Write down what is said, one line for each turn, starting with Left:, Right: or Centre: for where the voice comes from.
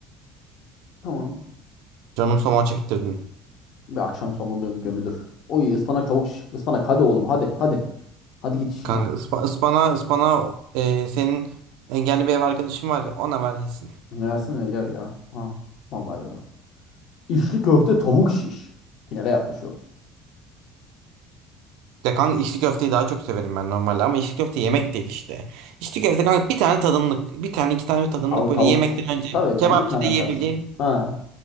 Left: Tamam.
Right: Canım saman çektirdin.
Left: Bir akşam somonda gömülür. Oy ıspanak tavuk şiş. Ispanak hadi oğlum hadi hadi. Hadi git işine
Right: Kanka
Left: ya.
Right: ıspa, ıspana ıspana e, senin engelli bir ev arkadaşın var ya ona ver yesin.
Left: Yersene yer ya. Ha, vallahi yer. İçli köfte tavuk şiş. Finale yaklaşıyoruz.
Right: Ya kanka içli köfteyi daha çok severim ben normalde ama içli köfte yemek değil işte. İçli köfte kanka bir tane tadımlık bir tane iki tane tadımlık
Left: Abi
Right: böyle
Left: tavuk
Right: yemekten
Left: şiş.
Right: önce
Left: Tabii
Right: kebapçıda
Left: canım bir tane
Right: yiyebileceğim
Left: atarsın. Ha.